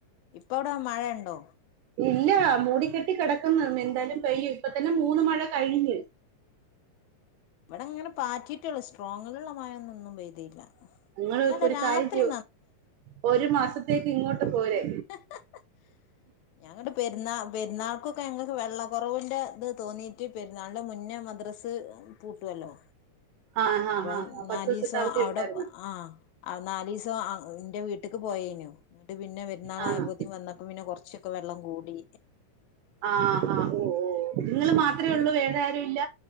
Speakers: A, on the left; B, on the right.
A: ഇപ്പ വിടെ മഴയ്ണ്ടോ
B: ഇല്ല മൂടിക്കെട്ടി കിടക്കുന്ന് എന്താലും പെയ്യും
A: ഉം
B: ഇപ്പ തന്നെ മൂന്ന് മഴ വിടെ കഴിഞ്ഞ്
A: അങ്ങനെ പാറ്റിട്ടൊള്ളു സ്ട്രോങ്ങിലുള്ള മഴന്നൊന്നും പെയ്തില്ല
B: ങ്ങള്
A: ഇന്നലെ
B: ഒരു
A: രാത്രി
B: കാര്യം ചെയു ഒരു മാസത്തേക്ക് ഇങ്ങോട്ട് പോരെ
A: ഹ ഹ ഹ ഞങ്ങക്ക് പെരുന്നാ പെരുന്ന അവ്കൊക്കെ ഞങ്ങൾ വെള്ള കുറവ്ന്റെ ത് തോന്നിട്ട് പെരുന്നാളിന്റെ മുന്നെ മദ്രസ് പൂട്ടൊല്ലൊ
B: ആ ഹാ
A: അപ്പൊ
B: ഹാ പത്ത്
A: നാലീസം
B: ദിവസത്തെ അവധി
A: അവിടെ
B: ഉണ്ടായിരുന്നു
A: പം ആ അഹ് നാലീസം ഇന്റെ വീട്ടെക്ക് പോയനു ങ്ങട്ട് പിന്നെ പെരുന്നാൾ
B: ആണോ
A: ആയപ്പോത്തിന് വന്നപ്പൊ കൊറച്ചൊക്കെ വെള്ളം കൂടി
B: ആ ഹാ ഓ നിങ്ങൾ മാത്രമേ ഉള്ളൂ വേറാരും ഇല്ല